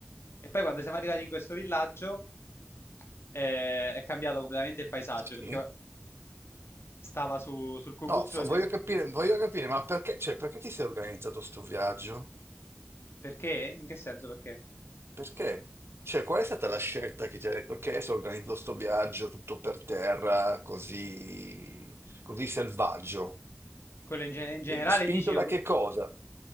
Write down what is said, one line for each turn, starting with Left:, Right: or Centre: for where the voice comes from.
Left: E poi quando siamo arrivati in questo villaggio eh, è cambiato completamente il paesaggio,
Right: Sì?
Left: perché stava su- sul cucuzzolo
Right: No, fa-
Left: di...
Right: voglio capire, voglio capire, ma perché, cioè, perché ti sei organizzato sto viaggio?
Left: Perché? In che senso perché?
Right: Perché? Cioè, qual è stata la scelta che ti ha detto, ok, adesso organizzo sto viaggio tutto per terra, così, così selvaggio?
Left: Quello in, ge- in generale
Right: Spinto
Left: dici... io-
Right: da che cosa?